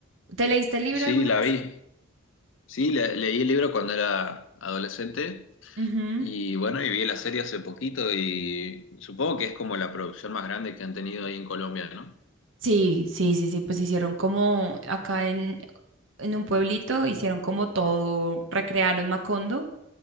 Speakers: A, on the right; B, on the left.
A: ¿Te leíste el libro
B: Sí,
A: alguna
B: la
A: vez?
B: vi. Sí, le- leí el libro cuando era adolescente
A: Ujú.
B: y bueno, y vi la serie hace poquito y supongo que es como la producción más grande que han tenido ahí en Colombia, ¿no?
A: Sí, sí, sí, sí, pues hicieron como acá en, en un pueblito, hicieron como todo, recrearon Macondo